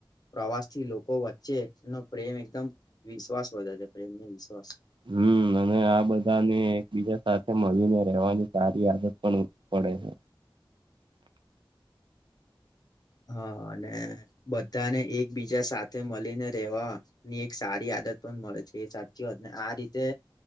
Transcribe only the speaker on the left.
પ્રવાસ થી લોકો વચ્ચે એનો પ્રેમ એકદમ વિશ્વાસ વધે છે, પ્રેમને વિશ્વાસ
હા અને બધાને એકબીજા સાથે મળીને રેવા... ની એક સારી આદત પણ મળે છે, એ સાચી વાતને આ રીતે...